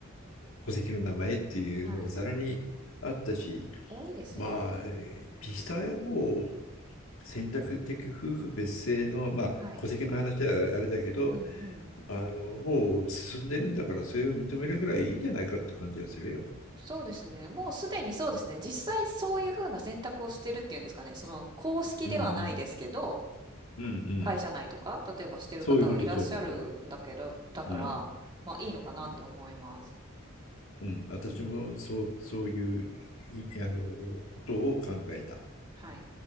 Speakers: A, on the left; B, on the right.
A: 戸籍の名前っていうのがざらにあったし
B: はい。多いですよね。
A: まあ
B: うんうん。
A: 実際はもう選択的夫婦別姓の、まあ、
B: はい。
A: 戸籍の話はあれだけど
B: うんうん。
A: あのもう進んでるんだからそれを認めるぐらいいいじゃないかって感じがするよ。
B: そうですね。もうすでにそうですね。
A: うん
B: 実際そういう風な選択をしてるっていうんですかね。その公式ではないですけど、
A: うんうんうんうん。
B: 会社内とか、例えばしてる方はいらっしゃるんだけど、
A: そういうことそういうこと。
B: だから、
A: うん
B: まあいいのかなって思います。
A: うんうん、私もそう、
B: うん
A: そういういあのことを考えた。
B: はい。